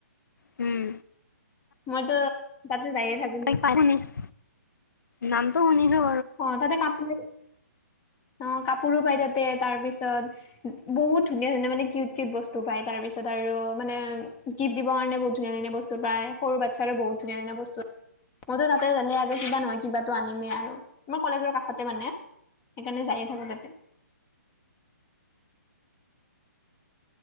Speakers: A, on the left; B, on the left.
A: হম
B: মইতো তাতে যায়ে থাকো
A: পাই শুনিছোঁ নামটো শুনিছো।
B: অ তাতে কানফুলি। অ কাপোৰো পাই তাতে তাৰ পিছত বহুত ধুনীয়া ধুনীয়া মানে কিউট কিউট বস্তু পায় তাৰ পিছত। তাৰপিছত আৰু মানে গিফ্ট দিবৰ কাৰণে বহুত ধুনীয়া ধুনীয়া বস্তু পায়। সৰু বাচ্ছাৰো বহুত ধুনীয়া ধুনীয়া বস্তু। মইতো তাতে জালে আৰু কিবা নহয় কিবা আনিমেই আৰু আমাৰ কলেজৰ কাষতে মানে। সেইকাৰণে যায়ে থাকো তাতে।
A: <unintelligible>